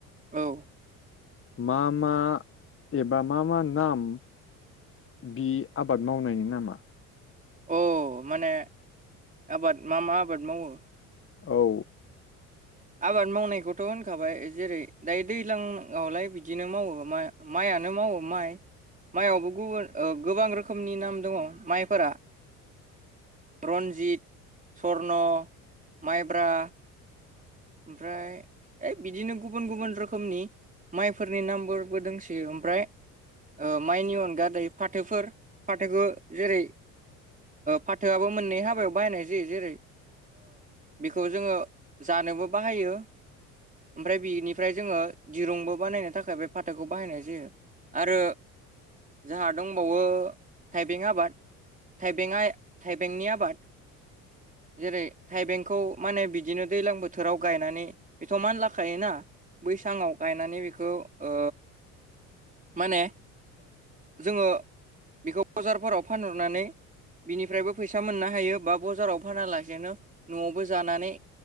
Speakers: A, on the right; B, on the left.
A: औ
B: मा मा एबा मा मा नाम बि आबाद मावनायनि नामा?
A: अ माने आबाद मा मा आबाद मावो ।
B: औ
A: आबाद मावनायखौथ' होनखाबाय जेरै दायो दैज्लांआवलाय बिदिनो मावो मा माइयानो मावो माइ माइयावबो गुबुन ओ गोबां रोखोमनि नाम दङ माइफोरा । रन्जित सर्न' माइब्रा ओमफ्राय बिदिनो गुबुन गुबुन रोखोमनि माइफोरनि नामफोरबो दंसै ओमफ्राय ओ माइनि अनगा दायो फाथोफोर फाथोखौ जेरै फाथोआबो मोननै हाबायाव बाहायनाय जायो जेरै बेखौ जोङो जानोबो बाहायो ओमफ्राय बिनिफ्राय जोङो दिरुंबो बानायनो थाखाय बे फाथोखौ बाहायनाय जायो आरो जोंहा दंबावो थाइबें आबाद थाइबें थाइबेंनि आबाद जेरै थाइबेंखौ माने बिदिनो दैज्लां बोथोराव बोथोराव गायनानै बेथ' मानलाखायोना बैसाङाव गायनानै बेखौ ओ माने जोङो बेखौ बजारफोराव फानहरनानै बिनिफ्रायबो फैसा मोननो हायो बा बजाराव फानालासेनो न'आवबो जानानै